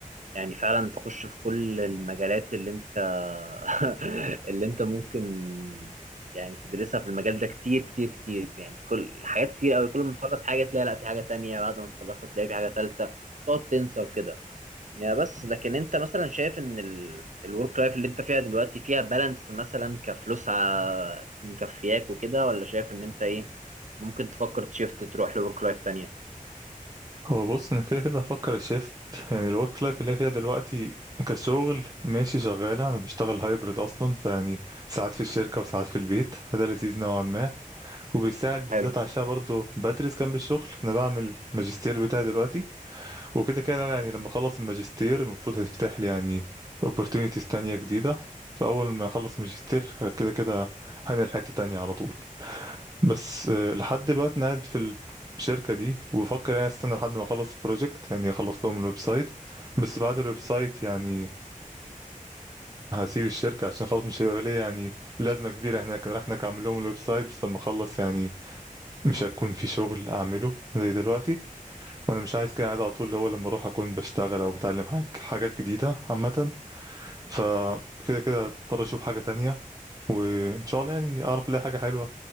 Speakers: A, on the right; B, on the right.
A: يعني فعلا تخش في كل المجالات اللي انت <laughs> اللي انت ممكن يعني تدرسها في المجال ده كتير كتير كتير يعني كل حاجات كتير قوي كل ما تخلص حاجة تلاقي لا في حاجة تانية بعد ما تخلصها تلاقي في حاجة تالتة تقعد تنسى وكده يا بس لكن انت مثلا شايف ان الورك لايف اللي انت فيها دلوقتي فيها بالانس مثلا كفلوس ع- مكفياك وكده ولا شايف ان انت ايه ممكن تفكر تشيفت تروح لورك لايف تانية
B: هو بص انا كده كده هفكر الشيفت يعني الورك لايف اللي أنا فيها دلوقتي كشغل ماشي شغالة أنا بشتغل هايبرد أصلا فيعني ساعات في الشركة وساعات في البيت فده لذيذ نوعا ما وبيساعد
A: حلو
B: بالذات عشان برضه بدرس جنب الشغل أنا بعمل ماجستير بتاعي دلوقتي وكده كده أنا يعني لما اخلص الماجستير المفروض هتفتح لي يعني opportunities تانية جديدة فأول ما أخلص ماجستير كده كده هنقل حتة تانية على طول بس آه، لحد دلوقتي أنا قاعد في الشركة دي وبفكر يعني استنى لحد ما أخلص البروجكت يعني أخلص لهم الويب سايت بس بعد الويب سايت يعني هسيب الشركة عشان خلاص مش هيبقى ليا يعني لازمة كبيرة هناك أنا رايح هناك أعمل لهم الويب سايت بس لما أخلص يعني مش هيكون في شغل أعمله زي دلوقتي وانا مش عايز كده عايز على طول اللي هو لما اروح اكون بشتغل او بتعلم حاج... حاجات جديده عامه فكده كده اضطر اشوف حاجه تانية وان شاء الله يعني اعرف الاقي حاجه حلوه